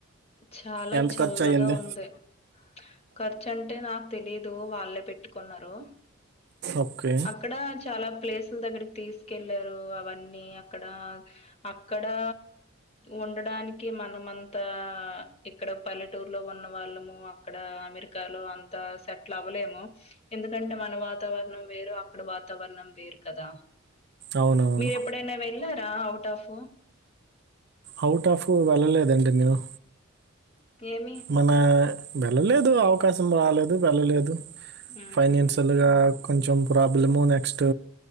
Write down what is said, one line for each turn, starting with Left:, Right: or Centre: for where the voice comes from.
Left: చాలా
Right: ఎంత
Left: చల్లగా
Right: ఖర్చు అయ్యింది
Left: ఉంది ఖర్చు అంటే నాకు తెలీదు వాళ్ళే పెట్టుకున్నారు
Right: ఓకే
Left: అక్కడ చాలా ప్లేసుల దగ్గరికి తీసుకెళ్ళారు అవన్నీ అక్కడ అక్కడా ఉండడానికి మనమ అంత ఆ ఇక్కడ పల్లెటూరులో ఉన్న వాళ్ళము అక్కడ అమెరికాలో అంత సెట్ల అవ్వలేము ఎందుకంటే మన వాతావరణం వేరు అక్కడ వాతావరణం వేరు కదా
Right: అవునవును
Left: మీర ఎప్పుడైనా వెళ్ళారా అవుట్ ఆఫ్
Right: అవుట్ ఆఫ్ వెళ్ళలేదండి నీవు
Left: ఏమి
Right: మన వెళ్ళలేదు అవకాశం రాలేదు వెళ్ళలేదు
Left: హుహు.
Right: ఫైనాన్షియల్గా కొంచెం ప్రాబ్లము నెక్స్ట్